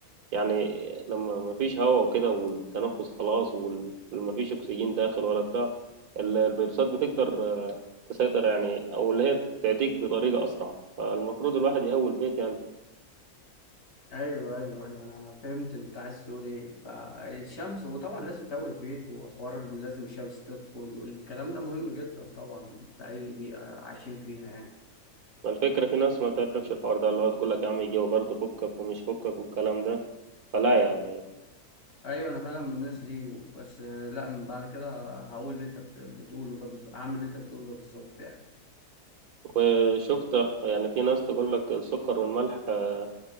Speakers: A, on the right; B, on the left.
A: يعني لما مفيش هواء وكده والتنفس خلاص ومفيش أكسجين داخل ولا بتاع ال- الفيروسات بتقدر آه، تسيطر يعني أو اللي هي تعديك بطريقة أسرع فالمفروض الواحد يهوي البيت يعني
B: ايوه ايوه ايوه انا فهمت انت عايز تقول ايه فالشمس وطبعا لازم تقوي البيت وحوار إن لازم الشمس تدخل والكلام ده مهم جدا طبعا في اي بيئه عايشين فيها يعني
A: ما الفكرة في ناس ما تعرفش الحوار ده اللي هو تقول لك يا عم الجو برد فكك ومش فكك والكلام ده فلا
B: آه.
A: يعني
B: ايوه انا فعلا من الناس دي و- بس آه، لا من بعد كده هقول اللي انت بت- بتقوله ده بالظبط هعمل اللي انت بتقوله ده بالظبط يعني
A: وشفت يعني في ناس تقول لك السكر والملح آه،